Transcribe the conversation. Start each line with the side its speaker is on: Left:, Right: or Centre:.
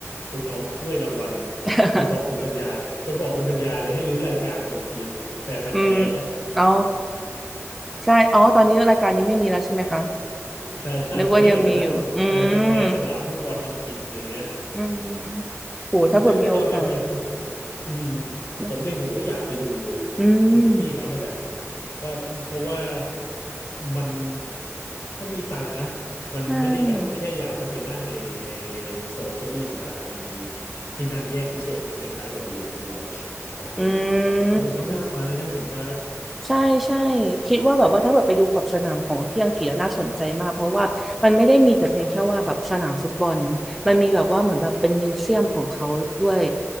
Left: คุณเอาถ้วยรางวัล
Centre: <laughs>
Left: ไปบอกคุณปัญญาไปบอกคุณปัญญาเลยให้รื้อรายการมาอีกทีหนึ่งอะแฟนพันธุ์แท้อะ
Centre: อืมอ๋อใช่อ๋อ ตอนนี้รายการนี้ไม่มีแล้วใช่ไหมคะ
Left: <laughs> ใช่ใช่ผมไม่เห็นแล้วนะแฟนพันธุ์แท้สนามฟุตบอลอังกฤษอย่างเงี้ย
Centre: นึกว่ายังมีอยู่อืมอืมโหถ้าเกิดมีโอกาส
Left: ซึ่งถ้าย้อนกลับไปอืม
Centre: นะ
Left: ผมเองผมก็อยากไปดู
Centre: อืม
Left: ถึงที่เขานั่นแหละว่าเพราะว่ามันถ้ามีตังค์นะมันไม่ได้แบบแค่อยากจะไปนั่งในในในโซนเก้าอี้ธรรมดามันมี
Centre: ใช่
Left: ที่นั่งแยกพิเศษเป็นคล้ายๆกับ VIP Lounge ของพวกนั้นน่ะผมผมว่าน่าไปน่าสนใจ
Centre: อืม ใช่ใช่คิดว่าแบบว่าถ้าแบบไปดูขอบสนามของที่อังกฤษอะน่าสนใจมากเพราะว่ามันไม่ได้มีแต่เพียงแค่ว่าแบบสนามฟุตบอลมันมีแบบว่าเหมือนแบบเป็นมิวเซียมของเขาด้วย